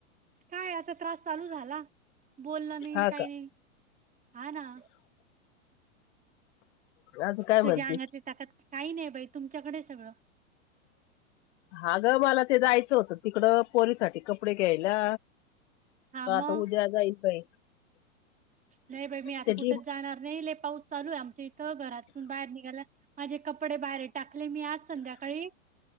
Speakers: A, on the right; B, on the left.
A: काय आता त्रास चालू झाला बोल नाही
B: हा
A: काही
B: का
A: नाही हा ना
B: अजून काय
A: सगळ्या
B: म्हणते
A: अंगातली ताकात काही नाही बाई तुमच्याकडे सगळं
B: हा ग मला ते जायचं होतं तिकड पोरीसाठीठी कपडे घ्यायला
A: हा
B: क
A: मग
B: आता उद्या जायचंय
A: नाही बा मी आता
B: ते
A: कुठेच
B: डी-
A: जाणार नाही लय पाऊस चालू आहे आमच्या इ तर घरातून बाहेर निघाला माझे कपडे बाहेर टाकले मी आज संध्याकाळी